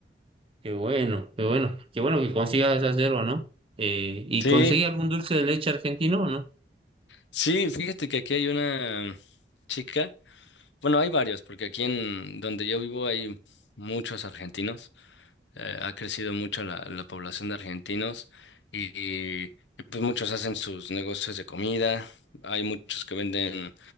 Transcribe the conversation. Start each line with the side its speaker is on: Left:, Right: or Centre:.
Right: qué bueno, qué bueno. Qué bueno que consigas esa yerba, ¿no? Eh, ¿y
Left: Sí,
Right: conseguí algún dulce de leche argentino o no?
Left: sí, fíjate que aquí hay una chica, bueno, hay varios, porque aquí en donde yo vivo hay muchos argentinos. eh, ha crecido mucho la, la población de argentinos y, y, y, pues muchos hacen sus negocios de comida, hay muchos que venden